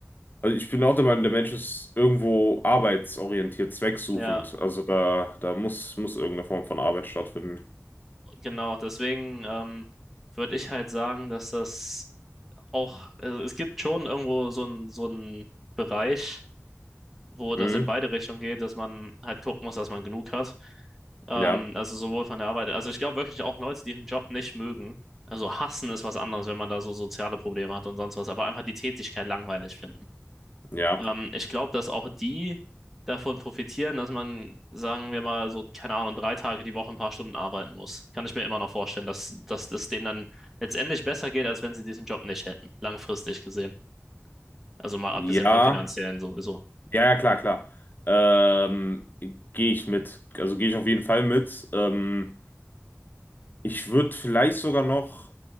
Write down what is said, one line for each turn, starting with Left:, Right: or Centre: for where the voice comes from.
Left: also ich bin auch der Meinung, der Mensch ist irgendwo arbeitsorientiert, zwecksuchend.
Centre: ja,
Left: Also da, da muss, muss irgendeine Form von Arbeit stattfinden.
Centre: genau. Deswegen ähm, würde ich halt sagen, dass das auch, also es gibt schon irgendwo so einen so einen Bereich, wo das
Left: Hm.
Centre: in beide Richtungen geht, dass man halt gucken muss, dass man genug hat. Ähm,
Left: Ja,
Centre: also sowohl von der Arbeit, also ich glaube wirklich auch Leute, die ihren Job nicht mögen. Also hassen ist was anderes, wenn man da so soziale Probleme hat und sonst was, aber einfach die Tätigkeit langweilig finden.
Left: ja.
Centre: Ähm, ich glaube, dass auch die davon profitieren, dass man, sagen wir mal, so, keine Ahnung, drei Tage die Woche ein paar Stunden arbeiten muss. Kann ich mir immer noch vorstellen, dass, dass das denen dann letztendlich besser geht, als wenn sie diesen Job nicht hätten, langfristig gesehen. Also mal
Left: Ja,
Centre: abgesehen vom finanziellen sowieso.
Left: Ja, ja, klar, klar. Ähm, gehe ich mit. Also gehe ich auf jeden Fall mit. Ähm, ich würde vielleicht sogar noch